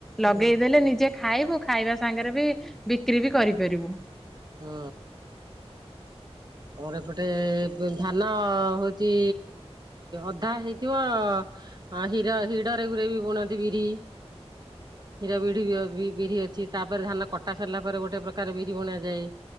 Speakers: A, in the centre; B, on the right.
A: ଲଗେଇଦେଲେ
B: ହୁଁ
A: ନିଜେ ଖାଇବୁ। ଖାଇବା ସାଙ୍ଗରେ ବି ବିକ୍ରି ବି କରିପାରିବୁ।
B: ହଁ। ଆମର ଏପଟେ ଧାନ ହଉଚ ଅଧା ହେଇଥିବ ହଁ ହିର ହିଡରେ ଗୁରେ ବି ବୁଣନ୍ତି ବିରି। ହିର ବିରି ବିରି ଅଛି। ତାପରେ ଧାନ କଟା ସରିଲା ପରେ ଗୋଟେ ପ୍ରକାର ବିରି ବୁଣାଯାଏ।